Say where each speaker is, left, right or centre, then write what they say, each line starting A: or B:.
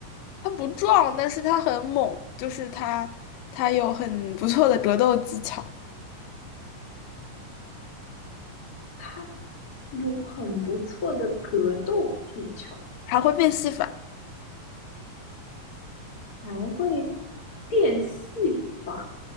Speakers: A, on the left; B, on the left.
A: 他不壮，但是他很猛，就是他他有很不错的格斗技巧。
B: 他有很不错的格斗技巧，
A: 还会变戏法，
B: 还会变戏法，